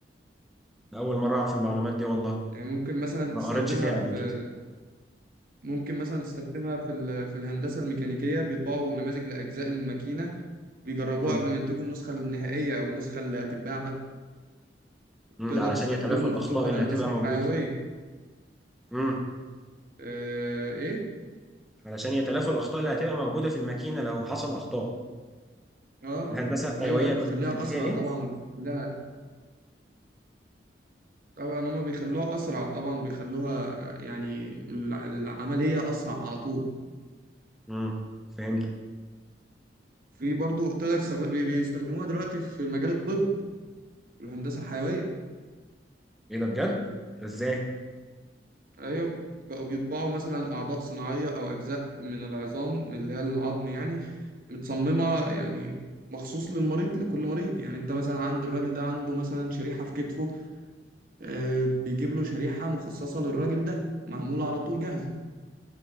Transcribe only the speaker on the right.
يعني ممكن مثلا
تستخدمها
في
ممكن مثلا تستخدمها في ال- في الهندسة الميكانيكية بيطبعوا نماذج لأجزاء الماكينة بيجربوها
قبل ما ينتجوا النسخة النهائية أو النسخة اللي هتتباع بقى
تقدر
تستخدمه
في طب الهندسة
الحيوية
آه إيه؟
آه
أيوه أيوه
بتخليها
أسرع
طبعا وبتخليها طبعا هما بيخلوها أسرع طبعا وبيخلوها يعني ال- العملية أسرع على طول
في برضه تقدر تستخدم بي- بيستخدموها دلوقتي في مجال الطب في الهندسة الحيوية
ايوه بقوا بيطبعوا مثلا اعضاء صناعيه او اجزاء من العظام اللي هي العظم يعني متصممه يعني مخصوص للمريض لكل مريض يعني انت مثلا عند الراجل ده عنده مثلا شريحه في كتفه آه بيجيب له شريحه مخصصه للراجل ده معموله على طول جاهزه